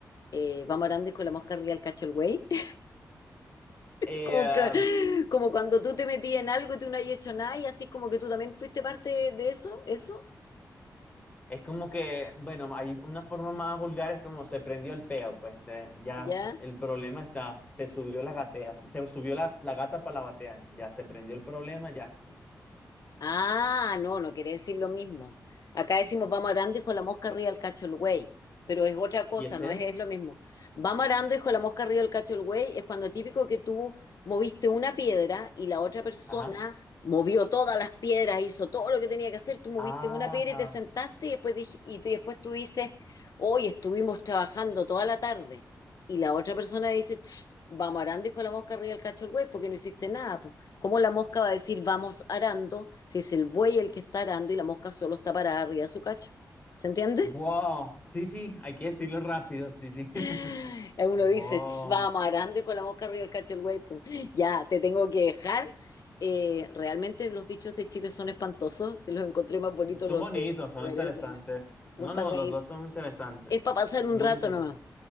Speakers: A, on the left; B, on the left.
A: eh, vamos orando, hijo, la mosca arriba del cacho el güey. <laughs>
B: Eh,
A: Como, que- como cuando tú te metías en algo y tú no habías hecho nada y así como que tú también fuiste parte de eso, eso,
B: Es como que, bueno, hay una forma más vulgar, es como se prendió el peo, pues eh, ya
A: ya.
B: el problema está, se subió la gatea, se subió la, la gata para la batea, ya se prendió el problema, ya.
A: Ah, no, no quiere decir lo mismo. Acá decimos vamos arando, hijo de la mosca arriba el cacho el güey, pero es otra cosa,
B: Y ese
A: no es,
B: es,
A: es lo mismo. Vamos arando, hijo de la mosca arriba el cacho el güey, es cuando típico que tú moviste una piedra y la otra persona
B: ajá,
A: movió todas las piedras, hizo todo lo que tenía que hacer, tú moviste
B: ajá,
A: una piedra y te sentaste y después, dij- y tú- después tú dices, hoy estuvimos trabajando toda la tarde. Y la otra persona dice, "Ch, vamos arando, hijo de la mosca arriba el cacho el güey, porque no hiciste nada, po". ¿Cómo la mosca va a decir vamos arando si es el buey el que está arando y la mosca solo está parada arriba de su cacho? ¿Se entiende?
B: wow, sí, sí, hay que decirlo rápido, sí, sí,
A: <laughs>
B: <laughs>
A: Uno
B: wow,
A: dice, vamos arando y con la mosca arriba del cacho del buey, pues, ya, te tengo que dejar. Eh, realmente los dichos de Chile son espantosos, te los encontré más bonitos
B: son
A: los
B: bonitos,
A: de,
B: son
A: de Venezuela,
B: interesantes.
A: no
B: No,
A: para
B: no,
A: reírse.
B: los dos son interesantes,
A: Es para pasar
B: muy
A: un rato
B: interesantes.
A: nomás.